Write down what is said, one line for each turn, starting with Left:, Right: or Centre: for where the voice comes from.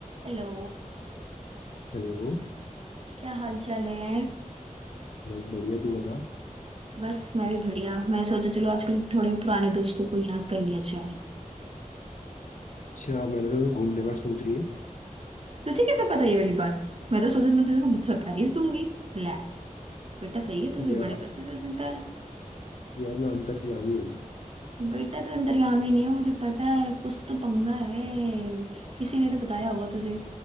Right: Hello
Left: Hello
Right: क्या हाल चाल है
Left: बस बढ़िया तू बता
Right: बस मैं भी बढ़िया मैंने सोचा चलो आजकल थोड़े पुराने दोस्तों को याद कर लिया जाए
Left: अच्छा मैंने तो घूमने का सोच रही है
Right: तुझे कैसे पता ये वाली बात मैं तो सोचा मैं तेरे को सरप्राइज दूंगी ले बेटा सही है तुझे
Left: यार
Right: बड़े पता तो चलता है
Left: यार मैं अंतर्यामी हूँ
Right: बेटा तो अंतर्यामी ही नहीं है मुझे पता है कुछ तो पंगा है किसी ने तो बताया होगा तुझे